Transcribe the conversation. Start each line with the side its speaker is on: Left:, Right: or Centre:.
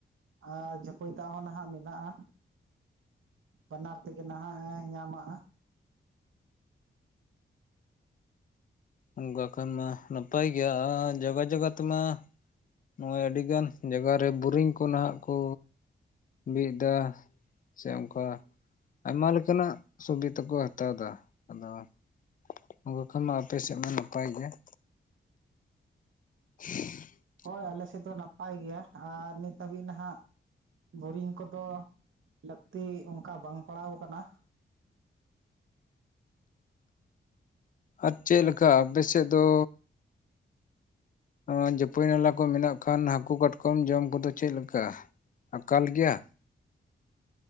Right: ᱟᱨ ᱡᱷᱟᱹᱯᱟᱹᱭ ᱫᱟᱜ ᱦᱚᱸ ᱱᱟᱷᱟᱜ ᱢᱮᱱᱟᱜᱼᱟ। ᱵᱟᱱᱟᱨ ᱛᱮᱜᱮ ᱱᱟᱦᱟᱜ ᱮ ᱧᱟᱢᱟᱜᱼᱟ।
Left: ᱚᱱᱠᱟ ᱠᱷᱟᱱ ᱢᱟ ᱱᱟᱯᱟᱭ ᱜᱮᱭᱟ ᱟᱨ ᱡᱟᱭᱜᱟ ᱡᱟᱭᱜᱟ ᱛᱮᱢᱟ ᱼᱼ ᱱᱚᱜᱼᱚᱭ ᱟᱹᱰᱤᱜᱟᱱ ᱡᱟᱭᱜᱟᱮ ᱵᱳᱨᱤᱝ ᱠᱚ ᱱᱷᱟᱜ ᱠᱚ ᱵᱤᱫ ᱮᱫᱟ। ᱥᱮ ᱚᱱᱠᱟ ᱟᱭᱢᱟ ᱞᱮᱠᱟᱱᱟᱜ ᱥᱩᱵᱤᱛᱟ ᱠᱚ ᱦᱟᱛᱟᱣ ᱮᱫᱟ ᱟᱫᱚ ᱼᱼ ᱚᱠᱟ ᱠᱷᱟᱱ ᱢᱟ ᱟᱯᱮ ᱥᱮᱫ ᱢᱟ ᱱᱟᱯᱟᱭ ᱜᱮᱭᱟ। <unintelligible>
Right: ᱦᱳᱭ ᱟᱞᱮ ᱥᱮᱫ ᱫᱚ ᱱᱟᱯᱟᱭ ᱜᱮᱭᱟ᱾ ᱟᱨ ᱱᱤᱛ ᱦᱟᱹᱵᱤᱡ ᱱᱟᱦᱟᱜ ᱼᱼ ᱵᱳᱨᱤᱝ ᱠᱚᱫᱚ ᱞᱟᱹᱠᱛᱤ ᱚᱱᱠᱟ ᱵᱟᱝ ᱯᱟᱲᱟᱣ ᱟᱠᱟᱱᱟ।
Left: ᱟᱨ ᱪᱮᱫ ᱞᱮᱠᱟ ᱟᱯᱮᱥᱮᱫ ᱫᱚ? ᱟᱸ ᱡᱟᱹᱯᱟᱹᱭ ᱱᱟᱞᱟ ᱠᱚ ᱢᱮᱱᱟᱜ ᱠᱷᱟᱱ ᱦᱟᱹᱠᱩ ᱠᱟᱴᱠᱚᱢ ᱡᱚᱢ ᱠᱚᱫᱚ ᱪᱮᱫᱞ ᱞᱮᱠᱟ ᱟᱠᱟᱞ ᱜᱮᱭᱟ?